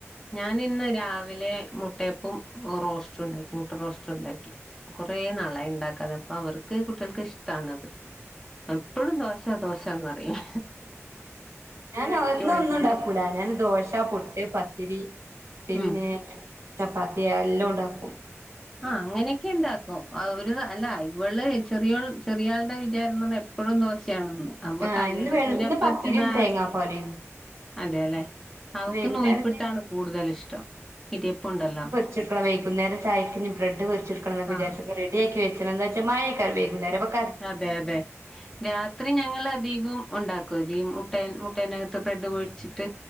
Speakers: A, in the centre; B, on the right.
A: ഞാൻ ഇന്ന് രാവിലെ മുട്ടയപ്പോം റോസ്റ്റുണ്ടാക്കി മുട്ട റോസ്റ്റുണ്ടാക്കി കൊറേ നാളായി ഇണ്ടാക്കാതെ അപ്പൊ അവർ ക്ക് കുട്ടികൾക്ക് ഇഷ്ടാണത്. എപ്പോഴും ദോശ ദോശന്നറിയും
B: ഞാൻ ഒന്നും
A: മാറ്റിപ്പിടിച്ച്
B: ഒന്നും ഉണ്ടാക്കൂല ഞാൻ ദോശ പു എഹ് പത്തിരി പിന്നെ
A: ഉം
B: ചപ്പാത്തി അഎല്ലോണ്ടാക്കും
A: ആഹ് അങ്ങനെയൊക്കെണ്ടാക്കും അവര് അല്ല ഇവള് ചെറിയോൾ ചെറിയാൾടെ വിചാരം ന്ന് പറഞ്ഞ എപ്പഴും ദോശയാണെന്ന് അപ്പൊ
B: ആഹ്
A: തലേദിവസം
B: ഇന്ന് വെ
A: ചപ്പത്
B: ഇന്ന് പത്തിരിയും
A: എന്നാ
B: തേങ്ങാപ്പാലേന്നു
A: അതെലേ അവക്ക്
B: വൈകുന്നേരം
A: നൂൽപുട്ടാണ്
B: ഞാൻ
A: കൂടുതൽ ഇഷ്ടം ഇടിയപ്പണ്ടല്ലോ
B: ജ് വെക്കണം വൈകുന്നേം ചായക്ക് ഇനി ബ്രഡ് പൊരിച്ചെട്ക്കണംന്ന് ഒക്കെ
A: ആ
B: വിചാരിച്ച് ഇത് റെഡിയാക്കി വെച്ചണം എന്താച്ചാ മഴയാക്കാരം വൈകുന്നേരം അപ്പം
A: അതെ അതെ രാത്രി ഞങ്ങളധികോം ഒണ്ടാക്കും അതി മുട്ടെ മുട്ടെനകത്ത് ബ്രെഡ് പൊഴിച്ചിട്ട്